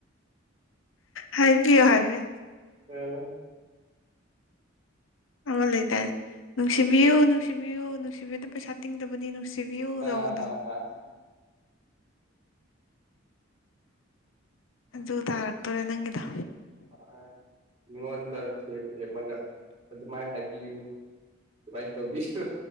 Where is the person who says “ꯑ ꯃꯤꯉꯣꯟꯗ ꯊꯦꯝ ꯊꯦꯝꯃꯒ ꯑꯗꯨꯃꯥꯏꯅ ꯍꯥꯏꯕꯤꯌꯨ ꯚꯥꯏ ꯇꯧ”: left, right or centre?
Right